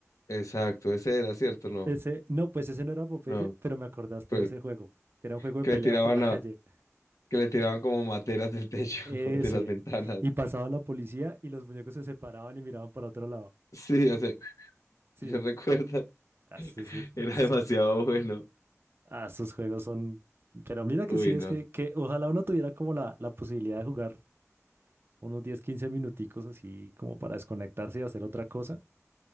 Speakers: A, on the left; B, on the right.
A: Exacto, ese era, ¿cierto? No,
B: Ese, no, pues ese no era Popeye,
A: no.
B: pero me acordaste
A: Pero
B: de ese juego, que era un juego de
A: que
B: pelea
A: le tiraban
B: por la
A: a,
B: calle.
A: que le tiraban como materas del techo,
B: Ese.
A: <laughs> de las ventanas.
B: Y pasaba la policía y los muñecos se separaban y miraban para otro lado.
A: Sí, o sea,
B: Sí.
A: yo recuerdo.
B: Ah,
A: <laughs>
B: Esos, es-
A: Era demasiado bueno.
B: ah, esos juegos son... Pero mira
A: Uy,
B: que sí, es
A: no.
B: que, que ojalá uno tuviera como la, la posibilidad de jugar unos diez quince minuticos así como para desconectarse y hacer otra cosa.